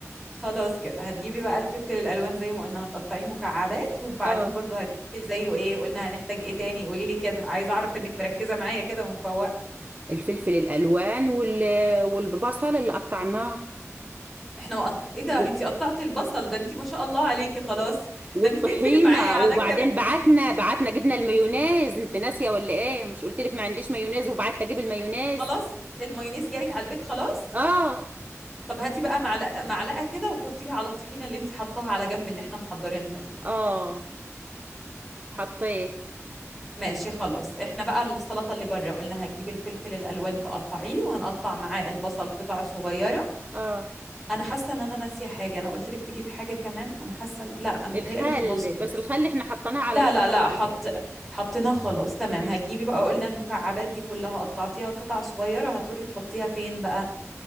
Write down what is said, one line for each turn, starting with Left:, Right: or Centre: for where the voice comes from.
Centre: خلاص كده هتجيبي بقى الفلفل الالوان زي ما قلنا هتقطعيه مكعبات وبعدين
Right: اه
Centre: برضو هتجيبي زيه ايه قلنا هنحتاج ايه تاني قولي لي كده عايزه اعرف انك مركزه معايا كده ومفوقه
Right: الفلفل الالوان وال والبصل اللي قطعناه
Centre: احنا ما قط... ايه ده
Right: وال-
Centre: انت قطعتي البصل ده انت ما شاء الله عليكي خلاص
Right: والطحينه
Centre: ده انت تقفلي معايا على
Right: وبعدين
Centre: كده
Right: بعتنا بعتنا جبنا المايونيز انت ناسيه ولا ايه مش قلت لك ما عنديش مايونيز وبعتت اجيب المايونيز
Centre: خلاص المايونيز جالك على البيت خلاص
Right: اه
Centre: طب هاتي بقى معلقه معلقه كده وحطيها على الطحينه اللي انت حطاها على جنب اللي احنا محضرينها دي
Right: اه حطيت
Centre: ماشي خلاص احنا بقى السلطه اللي بره قلنا هتجيبي الفلفل الالوان تقطعيه وهنقطع معاه البصل قطع صغيره
Right: اه
Centre: انا حاسه ان انا ناسيه حاجه انا قلت لك تجيبي حاجه كمان انا حاسه إن- لا انا بتهيألي
Right: الخل
Centre: خلاص كده
Right: بس الخل احنا حطيناه على
Centre: لا
Right: الخلطة
Centre: لا لا حط حطيناه خلاص تمام
Right: مم.
Centre: هتجيبي بقى قلنا المكعبات دي كلها قطعتيها قطع صغيره هتروحي تحطيها فين بقى